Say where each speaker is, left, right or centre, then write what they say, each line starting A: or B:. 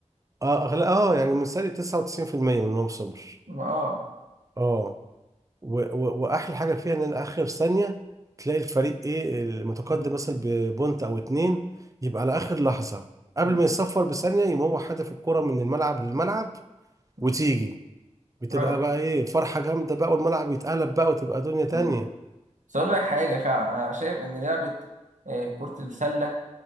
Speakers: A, on the right (about 25°); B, on the right (about 80°).
A: اه أغلى... اه يعني من سالي 99% منهم سمر
B: اه
A: اه و... و... واحلى حاجه فيها ان أنا اخر ثانيه تلاقي الفريق ايه المتقدم
B: مم.
A: مثلا ببونت او اتنين يبقى على اخر لحظه قبل
B: مم.
A: ما يصفر بثانيه يقوم هو حادف الكره من الملعب للملعب
B: مم.
A: وتيجي بتبقى
B: ايوه
A: بقى ايه فرحه جامده بقى والملعب يتقلب بقى وتبقى دنيا تانية
B: مم. بس اقول لك حاجه فعلا انا شايف ان لعبه آه، كره السله